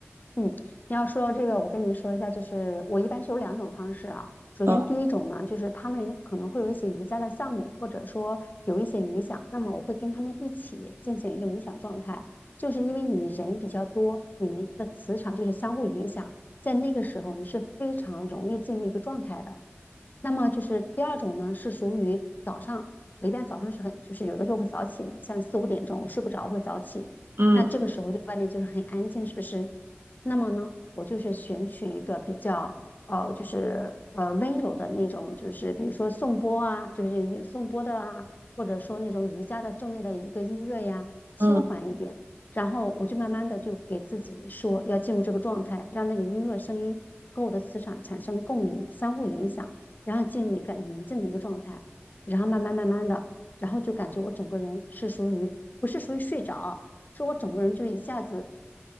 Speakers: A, on the left; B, on the right.
A: 嗯，你要说到这个，我跟你说一下，就是我一般是有两种方式啊。首先，
B: 嗯
A: 第一种呢，就是他们有可能会有一些瑜伽的项目，或者说有一些冥想，那么我会跟他们一起进行一个冥想状态，就是因为你人比较多，你们的磁场就是相互影响，在那个时候你是非常容易进入一个状态的。那么就是第二种呢，是属于早上，我一般早上是很，就是有的时候会早起嘛，像四五点钟我睡不着会早起，
B: 嗯
A: 那这个时候就外面就是很安静，是不是？那么呢，我就是选取一个比较呃，就是呃温柔的那种，就是比如说颂钵啊，就是颂钵的啊，或者说那种瑜伽的正念的一个音乐呀，轻缓一点，
B: 嗯，
A: 然后我就慢慢的就给自己说要进入这个状态，让那个音乐声音和我的磁场产生共鸣，相互影响。然后进入一个宁静的一个状态，然后慢慢慢慢的，然后就感觉我整个人是属于不是属于睡着，是我整个人就一下子